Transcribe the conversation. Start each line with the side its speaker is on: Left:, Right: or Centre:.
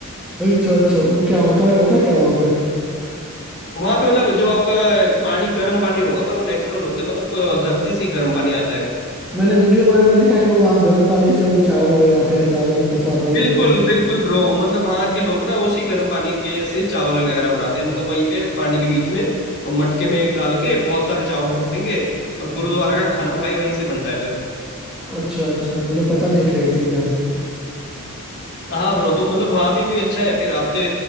Centre: अच्छा अच्छा वो क्या होता है होता क्या है वहाँ पे
Left: वहां पे मतलब जो आपका पानी गर्म पानी होगा पर वो नेचुरल होता है मतलब अ, धरती से ही गर्म पानी आता है वो
Centre: मैंने वीडियो वगैरह में देखा है कि वो वहाँ गर्म पानी से वो चावल वगैरह आते हैं चावल प्रसाद वही
Left: बिल्कुल
Centre: वो
Left: बिल्कुल ब्रो मतलब वहां के लोग ना उसी गर्म पानी के से चावल वगैरह बनाते हैं मतलब वहीं पे पानी के बीच में मटके में एक डाल के बहुत सारे चावल रख देंगे और
Centre: हम्म,
Left: गुरुद्वारा का खाना भाई वहीं से बनता है फिर
Centre: अच्छा अच्छा मुझे पता नहीं था ये चीज़ यार
Left: हाँ ब्रो तो मतलब वहां भी, भी अच्छा है फिर आते